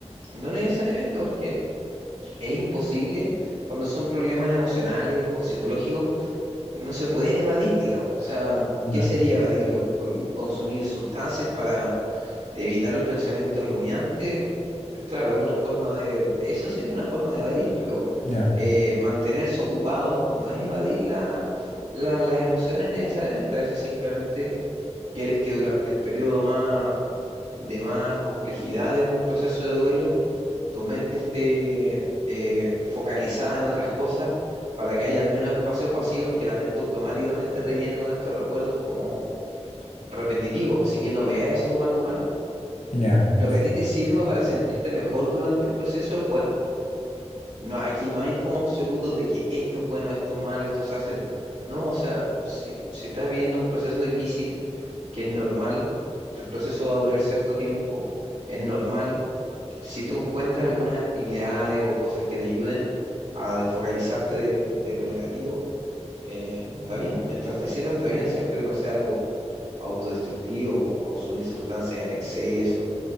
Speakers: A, on the right (about 75°); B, on the left (about 75°).
A: no necesariamente porque es imposible cuando son problemas emocionales o psicológicos, no se pueden evadir, digamos. O sea,
B: No.
A: ¿qué sería evadirlos? Con- consumir sustancias para Evitar los pensamientos rumiantes, claro, es una forma de, eso sería una forma de evadir, pero
B: Ya,
A: eh, mantenerse ocupado no es evadir la- la- las emociones necesariamente, a veces simplemente quieres que durante el periodo más, de más complejidad de un proceso de duelo, tu mente esté eh, focalizada en otras cosas para que hayan menos espacios vacíos que la mente automáticamente rellene con estos recuerdos como repetitivos, así que no veas eso como algo malo.
B: ya.
A: Lo
B: perf-
A: que a ti te sirva para sentirte mejor durante el proceso es bueno. No, aquí no hay como absolutos de que esto es bueno, esto es malo, esto se hace. No, No, o sea, si, si estás viviendo un proceso difícil, que es normal, el proceso va a durar cierto tiempo, es normal. Si tú encuentras algunas actividades o cosas que te ayuden a desfocalizarte de, de lo negativo, eh, está bien, mientras te sirva está bien, siempre que no sea algo autodestructivo, como consumir sustancias en exceso